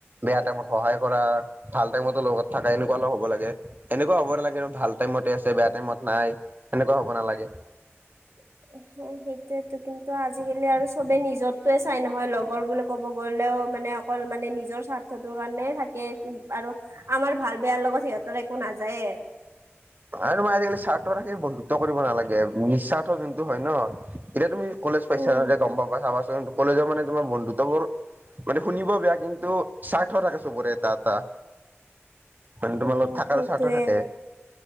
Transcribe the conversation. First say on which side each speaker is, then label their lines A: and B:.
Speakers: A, on the right; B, on the right.
A: বেয়া টাইমত সহায় কৰা ভাল টাইমতো লগ থকা এনেকুৱা লগ হ'ব লাগে, এনেকুৱা হ'ব নালাগে কিন্ত ভাল টাইমতে আছে, বেয়া টাইমত নাই এনেকুৱা হ'ব নালাগে।
B: <inaudible> সেইটোয়েতো কিন্তু আজিকালি আৰু চবে নিজৰ চাই নহয় লগৰ বুলি ক'ব গ'লেও, মানে অকল মানে নিজৰ স্বাৰ্থটোৰ কাৰণে থাকে। আৰু আমাৰ ভাল বেয়াৰ লগত সিহঁতৰ একো নাযায়ে।
A: আৰু তোমাৰ আজিকালি স্বাৰ্থ ৰাখি বন্ধুত্ব কৰিব নালাগে নিস্বাৰ্থ যোনটো হয় ন এতিয়া তুমি। কলেজ পাইছা
B: উম
A: যে গ'ম পাবা চাবাচোন কলেজৰ মানে তোমাৰ বন্ধুত্ববোৰ মানে শুনিব বেয়া কিন্তু স্বাৰ্থ থাকে চবৰে এটা এটা। মানে তোমাৰ
B: উম
A: লগত থাককাৰ
B: সেইটোয়ে
A: স্বাৰ্থ থাকে।